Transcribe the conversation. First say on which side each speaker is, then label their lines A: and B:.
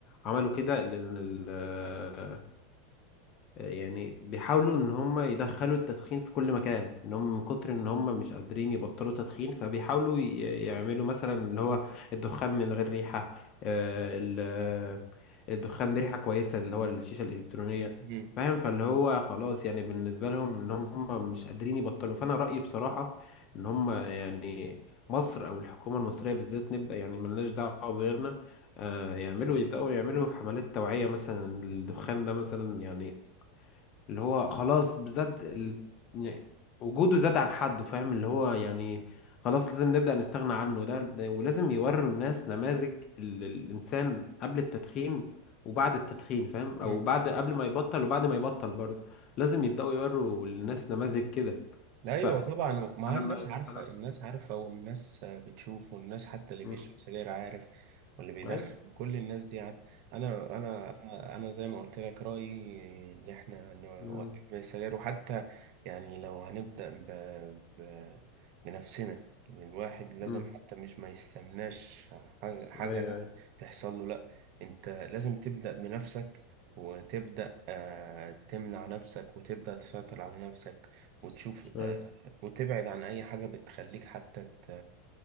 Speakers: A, on the left; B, on the right.
A: عملوا كده لان ال- يعني بيحاولوا ان هم يدخلوا التدخين في كل مكان ان هم من كتر ان هم مش قادرين يبطلوا تدخين فبيحاولوا ي- يعملوا مثلا اللي هو الدخان من غير ريحة آه، ال- الدخان بريحة كويسة اللي هو الشيشة الإلكترونية
B: مم.
A: فاهم فاللي هو خلاص يعني بالنسبة لهم ان هم مش قادرين يبطلوا فانا رأيي بصراحة ان هم يعني مصر او الحكومة المصرية بالذات نبقى يعني ملناش دعوة بغيرنا آه، يعملوا يبدأوا يعملوا حملات توعية مثلا الدخان ده مثلا يعني اللي هو خلاص بزاد ال... يعني وجوده زاد عن حده فاهم اللي هو يعني خلاص لازم نبدأ نستغنى عنه ده, ده ولازم يوروا الناس نماذج ال... الإنسان قبل التدخين وبعد التدخين فاهم أو
B: مم.
A: بعد قبل ما يبطل وبعد ما يبطل برضه لازم يبدأوا يوروا للناس نماذج كده
B: ايوه
A: ف
B: طبعا ما
A: أنا
B: هي الناس
A: ما
B: عارفه
A: أنا-
B: الناس عارفه والناس بتشوف والناس حتى اللي
A: مم.
B: بيشرب سجاير عارف واللي بيدخن
A: أيوه
B: كل الناس دي عارفه انا انا انا زي ما قلت لك رايي ان احنا نوقف
A: مم.
B: بيع السجاير وحتى يعني لو هنبدا ب... ب... بنفسنا إن الواحد لازم
A: مم.
B: حتى مش ما يستناش حاجه حاجة
A: أيوه أيوه
B: تحصل له لا انت لازم تبدا بنفسك وتبدا آه، تمنع نفسك وتبدا تسيطر على نفسك وتشوف
A: أيوه
B: آه، وتبعد عن أي حاجة بتخليك حتى ت...